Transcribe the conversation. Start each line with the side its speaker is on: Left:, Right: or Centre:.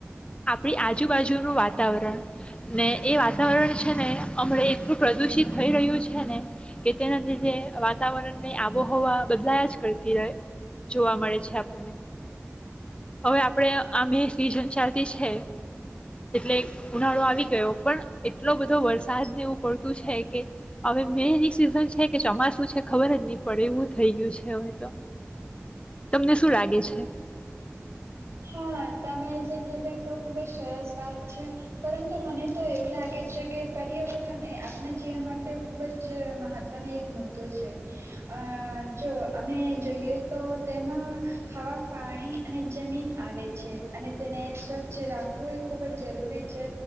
Left: આપણી આજુબાજુનું વાતાવરણ ને એ વાતાવરણ છે ને હમણે એટલું પ્રદુષિત થઈ રહ્યું છે ને કે તેના લીધે વાતાવરણ ની આબોહવા બદલાયા જ. કરતી રહે જોવા મળે છે આપ હવે આપડે આમે સીઝન ચાલતી છે. એટલે ઉનાળો આવી ગયો પણ એટલો બધો વરસાદને એવું પડતું છે કે હવે મેની સિઝન છે કે ચોમાસું છે ખબર જ નહી પડે એવું થઈ ગયું છે હવે તો તમને શું લાગે છે?
Right: હા, તમે જે કીધું તો ખૂબ જ સરસ વાત છે પરંતુ મને તો એવું લાગે છે કે પર્યાવરણ એ આપણા જીવન માટે ખૂબ જ મહત્ત્વની એક મુદ્દો છે અ જો અમે જોઈએ તો તેમાં હવા, પાણી અને જમીન. આવે છે અને તેને સ્વચ્છ રાખવું એ ખૂબ જ જરૂરી છે